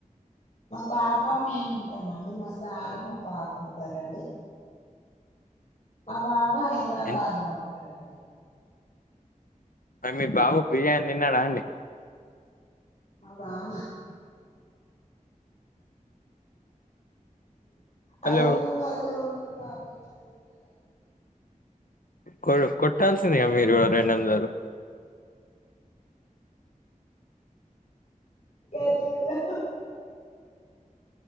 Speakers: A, on the left (about 55°); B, on the left (about 80°).
A: మా పాప మేము ఉంటామండి. మా సారు, మా పాప ఉంటారండి మా బాబు హైదరాబాద్
B: ఎన్-
A: లో ఉంటాడండి
B: మరి మీ బాబు బిర్యానీ తిన్నాడా అండి
A: మా బాబ హైదరాబాద్
B: హలో
A: లో ఉన్న బాబ ఎట్లా తింటాడండి
B: కొ కొట్టాల్సిందిగా మీరు రెంందరూ
A: గట్లట్ల